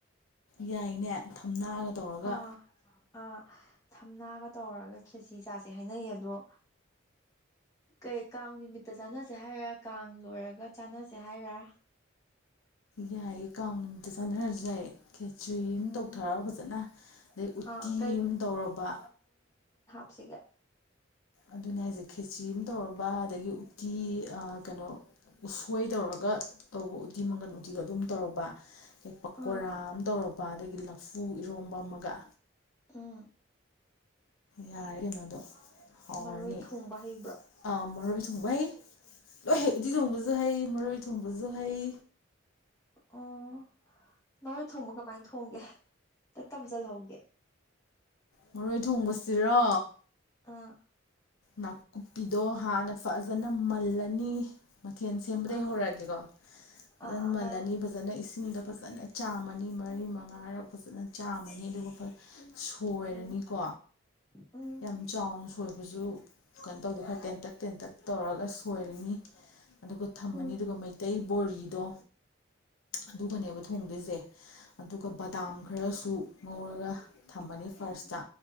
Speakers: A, on the left (about 80°); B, on the left (about 15°).
A: ꯌꯥꯏꯅꯦ ꯊꯝꯅꯥꯒ ꯇꯧꯔꯒ
B: ꯑꯥ ꯑꯥ ꯊꯝꯅꯥꯒ ꯇꯧꯔꯒ ꯈꯦꯁꯤ ꯆꯥꯁꯦ ꯍꯥꯏꯅꯩ ꯑꯗꯣ ꯀꯩ ꯀꯥꯡ ꯅꯨꯃꯤꯠꯇ ꯆꯥꯅꯖꯦ ꯍꯥꯏꯔ ꯀꯥꯡ ꯂꯣꯏꯔꯒ ꯆꯥꯅꯖꯦ ꯍꯥꯏꯔ
A: ꯌꯥꯏꯌꯦ ꯀꯥꯡ ꯅꯨꯃꯤꯠꯇ ꯆꯥꯅꯔꯖꯨ ꯌꯥꯏ ꯈꯦꯆ꯭ꯔꯤ ꯑꯃ
B: ꯎꯝ
A: ꯇꯧꯊꯔꯒ ꯐꯖꯅ ꯑꯗꯩ ꯎꯇꯤ
B: ꯑꯥ
A: ꯑꯃ ꯇꯧꯔꯕ
B: ꯁꯤꯒ
A: ꯑꯗꯨꯅꯦ ꯍꯥꯏꯖꯦ ꯈꯦꯆꯤ ꯑꯃ ꯇꯧꯔꯕ ꯑꯗꯒꯤ ꯎꯇꯤ ꯑꯥ ꯀꯩꯅꯣ ꯎꯁꯣꯏ ꯇꯧꯔꯒ ꯇꯧꯕ ꯎꯠ ꯇꯤ ꯃꯪꯒꯜ ꯎꯇꯤ ꯑꯗꯨ ꯑꯃ ꯇꯧꯔꯕ ꯗꯩ ꯄꯀꯣꯔ
B: ꯑꯥ
A: ꯑꯝ ꯇꯧꯔꯕ ꯄꯥ ꯗꯒꯤ ꯂꯐꯨ ꯏꯔꯣꯝꯕ ꯑꯃꯒ
B: ꯎꯝ
A: ꯌꯥꯔꯦ ꯀꯩꯅꯣꯗꯣ ꯍꯥꯎꯔꯅꯤ
B: ꯃꯔꯣꯏ ꯊꯣꯡꯕ ꯍꯩꯕ꯭ꯔꯣ
A: ꯑꯥ ꯃꯔꯣꯏ ꯊꯣꯡꯕ ꯍꯩ ꯂꯣꯏ ꯍꯩ ꯎꯇꯤ ꯊꯣꯡꯕꯖꯨ ꯍꯩ ꯃꯔꯣꯏ ꯊꯣꯡꯕꯖꯨ ꯍꯩ
B: ꯑꯣ ꯃꯔꯣꯏ ꯊꯣꯡꯕ ꯀꯃꯥꯏ ꯊꯣꯡꯒꯦ ꯇ ꯇꯝꯖꯤꯜꯍꯧꯒꯦ
A: ꯃꯔꯣꯏ ꯊꯣꯡꯕꯁꯤꯔꯣ
B: ꯑꯥ
A: ꯅꯥꯀꯨꯞꯄꯤꯗꯣ ꯍꯥꯅ ꯐꯖꯅ ꯃꯜꯂꯅꯤ ꯃꯊꯦꯟ ꯁꯦꯝꯕꯗꯩ
B: ꯑꯥ
A: ꯍꯧꯔꯛꯑꯒꯦꯀꯣ ꯐꯖꯅ
B: ꯑꯥ ꯑꯥ
A: ꯃꯜꯂꯅꯤ
B: ꯍꯥꯏꯔꯣ
A: ꯐꯖꯅ ꯏꯁꯤꯡꯗ ꯐꯖꯅ ꯆꯥꯝꯃꯅꯤ ꯃꯔꯤ ꯃꯉꯥꯔꯛ ꯐꯖꯅ ꯆꯥꯝꯃꯅꯤ ꯑꯗꯨꯒ ꯐ ꯁꯣꯏꯔꯅꯤꯀꯣ
B: ꯎꯝ ꯎꯝ
A: ꯌꯥꯝ ꯆꯥꯎꯅ ꯁꯣꯏꯕꯖꯨ ꯀꯩꯅꯣ ꯇꯧꯗꯦ ꯈꯔ ꯇꯦꯟꯇꯛ ꯇꯦꯟꯇꯛ ꯇꯧꯔꯒ ꯁꯣꯏꯔꯅꯤ ꯑꯗꯨꯒ ꯊꯝꯃꯅꯤ
B: ꯎꯝ
A: ꯑꯗꯨꯒ ꯃꯩꯇꯩ ꯕꯣꯔꯤꯗꯣ ꯑꯗꯨꯒꯅꯦꯕ ꯊꯣꯡꯗꯣꯏꯖꯦ ꯑꯗꯨꯒ ꯕꯗꯥꯝ ꯈꯔꯁꯨ ꯉꯧꯔꯒ ꯊꯝꯃꯅꯤ ꯐꯥꯔꯁ ꯇꯥ